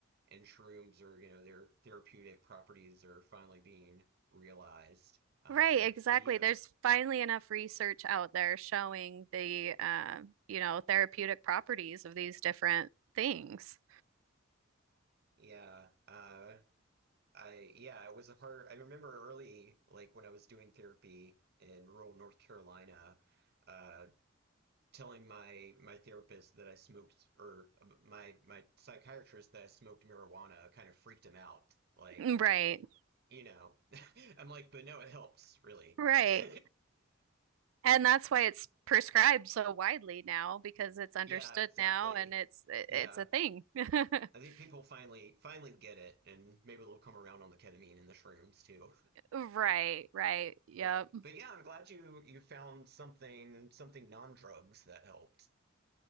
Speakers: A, on the right; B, on the right.
A: and shrooms are you know their therapeutic properties are finally being realized. Um,
B: Right, exactly.
A: but yeah,
B: There's finally enough research out there showing the, uh, you know, therapeutic properties of these different things.
A: yeah. Uh, I yeah, it was a hard. I remember early, like when I was doing therapy in rural North Carolina, uh, telling my my therapist that I smoked or um, my my psychiatrist that I smoked marijuana kind of freaked him out. Like,
B: Mm, Right,
A: you know, <laughs> I'm like, but no, it helps really.
B: right.
A: Like, <laughs>
B: And that's why it's prescribed so widely now because it's understood
A: yeah, exactly.
B: now and it's it's
A: Yeah,
B: a thing. <laughs>
A: I think people finally finally get it, and maybe they'll come around on the ketamine and the shrooms too.
B: Right, right. Yep.
A: But but yeah, I'm glad you you found something something non-drugs that helped.